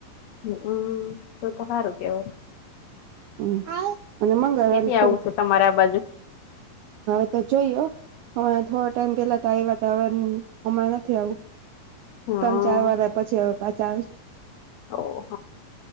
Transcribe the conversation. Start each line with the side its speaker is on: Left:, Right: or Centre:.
Left: હમ અમ્મ, તો તો હારું કેવાય.
Right: હમ્મ, અને મંગળવારી
Left: કેદી
Right: થોડોક
Left: આવું છે તમારે આ બાજુ
Right: હવે તો જોઈએ હો. હ થોડો ટાઈમ પેલા તો‌ આઇવા તા હવે હમણાં નથી આવું.
Left: હા
Right: તણ ચાર વરહ પછી હવે પાછા આવીશું.
Left: ઓહ